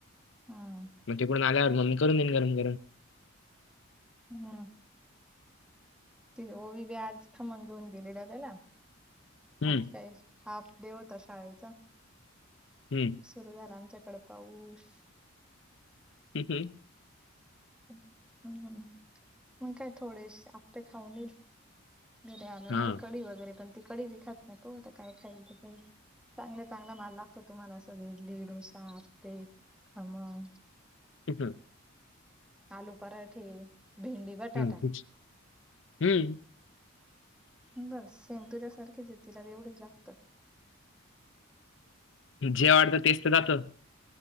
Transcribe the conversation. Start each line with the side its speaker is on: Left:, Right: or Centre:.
Centre: हम्म
Left: मग तिकडून आल्यावर मम् ममी करून देईन गरम गरम
Centre: हम्म तिथे ओ विी बी आज खमग घेऊन गेले डब्याला
Left: हम्म
Centre: आज काही हाफ डे होता शाळेचा
Left: ह
Centre: सुरु झाला आमच्याकडे पाऊस
Left: ह ह
Centre: हम्म मग काय थोडेस आपे खाऊनईल घरी येणार
Left: हा
Centre: आहे कडी वगैरे पण ती कडी व खात नाही प आता काय खाय चांगले चांगला माल लागतो तुम्हाला अस इडली डोसा हते हम
Left: इ
Centre: आलू पराठे भेंडी बटाटा
Left: हम् कच हम्म
Centre: बस सेंतुर्या सारखीच आहे तिला एवढेच लागतं
Left: जे वाटतं तेच तर जातं